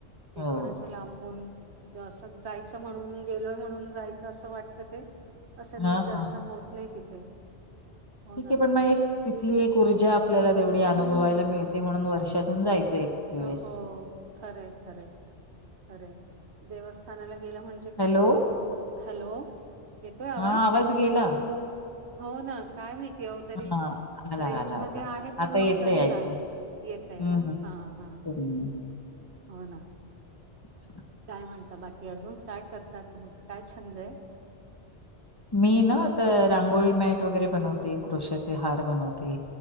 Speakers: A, on the right; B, on the left.
A: ते
B: हो.
A: पण असं लांबून जसं जायचं म्हणून गेलोय म्हणून जायचं असं वाटतं ते असं
B: हां,
A: नीट दर्शन होत. नाही तिथे. हो
B: ठीक
A: ना.
B: आहे पण मग एक तिथली एक ऊर्जा आपल्याला तेवढी
A: हम्म.
B: अनुभवायला मिळते म्हणून वर्षातून जायचं एक वेळेस.
A: हो खरे, खरे, खरे देवस्थानाला गेलं म्हणजे ते
B: हॅलो?
A: कसं हॅलो येतोय आवाज
B: हां, गेला.
A: होना. काय माहिती अ तरी
B: हां, आला,
A: रेंज
B: आला
A: मध्ये
B: आता.
A: आहे पण
B: आता
A: मग
B: येतंय
A: तरी जात
B: ऐकू.
A: येतोय
B: हं,
A: ना
B: हं.
A: हा हा..
B: हम्म.
A: हो ना.
B: अच्छा <unintelligible>
A: काय म्हणतात बाकी अजून काय करतात तुमचा काय छंद आहे?
B: मी ना तर रांगोळी मॅट वगैरे बनवते क्रृशाचे हार बनवते..